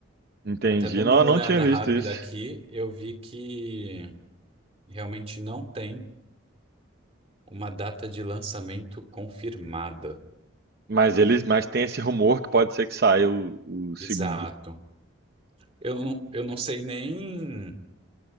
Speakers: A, on the right; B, on the right.
A: entendi.
B: Até dando
A: Não,
B: uma
A: eu não
B: olhada
A: tinha visto
B: rápida
A: isso.
B: aqui, eu vi que realmente não tem uma data de lançamento confirmada.
A: Mas eles, mas tem esse rumor que pode ser que saia o, o segundo.
B: Exato. Eu não, eu não sei nem.